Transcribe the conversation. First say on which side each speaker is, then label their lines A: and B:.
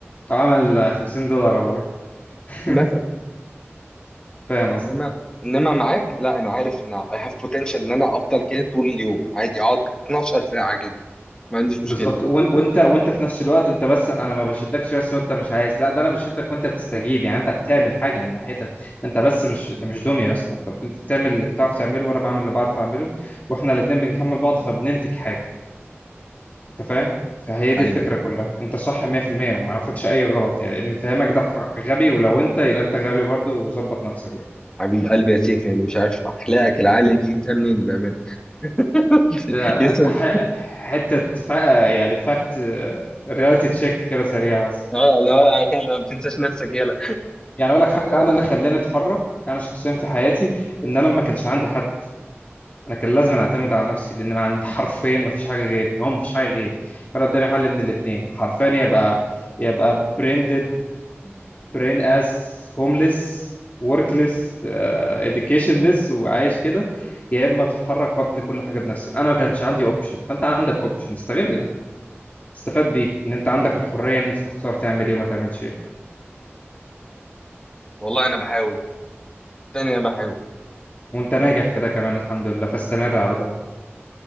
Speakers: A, on the left; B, on the left.
A: عمل 50 دولار ولا حاجه <laughs>
B: مثلا
A: فاهم قصدي
B: انما انما معاك لا انا عارف ان اي هاف بوتنشال ان انا افضل كده طول اليوم عادي اقعد 12 ساعه كده ما عنديش مشكله
A: بالظبط وان- وانت وانت في نفس الوقت انت بس انا ما بشدكش بس وانت مش عايز لا ده انا بشدك وانت بتستجيب يعني انت بتعمل حاجه من ناحيتك انت بس مش انت مش دميه يا اسطى انت انت بتعمل اللي بتعرف تعمله وانا بعمل اللي بعرف اعمله واحنا الاثنين بنكمل بعض فبننتج حاجه انت فاهم فهي دي
B: ايوه
A: الفكره كلها انت صح 100% وما عرفكش اي غلط يعني اللي مفهمك ده ح- غبي ولو انت يبقى انت غبي برضه وظبط نفسك بقى
B: حبيب قلبي يا سيف يعني مش عارف اخلاقك العاليه دي جبتها منين بامانه <laughs>
A: آه،
B: يسلم
A: كح- حته فا- يعني فاكت رياليتي تشيك كده سريعه
B: اه لا <laughs> لا ما تنساش نفسك يلا
A: يعني اقول لك حاجه انا اللي خلاني اتحرك انا شخصيا في حياتي ان انا ما كانش عندي حد انا كان لازم اعتمد على نفسي لان ما عندي حرفيا ما فيش حاجه غيري هو ما فيش حاجه غيري فانا قدامي حل من الاثنين حرفيا يبقى يبقى بريندد برين اس هومليس وركليس اديوكيشنليس وعايش كده يا اما اتحرك وابني كل حاجه بنفسي انا ما كانش عندي اوبشن فانت عندك اوبشن استغل ده استفاد بيه ان انت عندك الحريه ان انت تختار تعمل ايه وما تعملش ايه
B: والله انا بحاول تاني انا بحاول
A: وانت ناجح في ده كمان الحمد لله فاستمر على ده